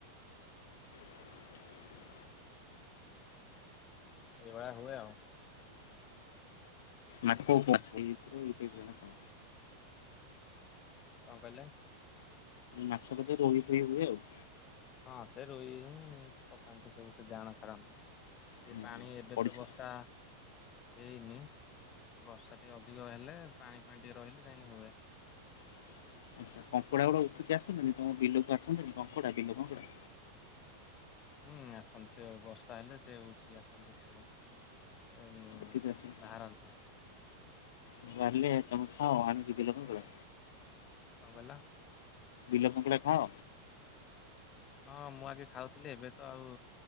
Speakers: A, on the left; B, on the left.
A: <inaudible>
B: ଏ ଭଳିଆ ହୁଏ ଆଉ।
A: ମତେ <unintelligible> କ କ କ ଇତ କ ନା କହ
B: କଣ କହିଲେ।
A: ମାଛ ବୋଧ୍ ହୁଏ ରୋହି ଫୋହି ହୁଏ ଆଉ
B: ହଁ ସେ ରୋହୀ ହିଁ ପକାନ୍ତି ସବୁ ସେ ଜାଆଁଳା ଛାଡନ୍ତି।
A: ହୁଁ
B: ପାଣି
A: ହୁଁ
B: ଏବେ
A: ପଡିଶା
B: ତ ବର୍ଷା,
A: ହୁଁ।
B: ହେଇନି। ବର୍ଷା ଟିକେ ଅଧିକ ହେଲେ ପାଣି ଫାଣି ଟିକେ ରହିଲେ ଯାଇଁକି ହୁଏ।
A: <inaudible> ଆଛା କଙ୍କଡା ଗୁଡା ଉଠିକି ଆସନ୍ତିନି, ତମ ବିଲକୁ ଆସନ୍ତିନି କଙ୍କଡା ବିଲ କଙ୍କଡା।
B: ହୁଁ ଆସନ୍ତି, ସେ ବର୍ଷା ହେଲେ ସେ ଉଠି ଆସନ୍ତି ସବୁ। ଉ
A: ଉଠିକି ଆସନ୍ତି।
B: ବାହାରନ୍ତୁ।
A: ବାହାରିଲେ ତମେ ଖାଅ, ଆଣିକି ବିଲ କଙ୍କଡ଼ା।
B: କଣ କହିଲ?
A: ବିଲ କଙ୍କଡ଼ା ଖାଅ।
B: ହଁ ମୁଁ ଆଗେ ଖାଉଥିଲି ଏବେ ତ ଆଉ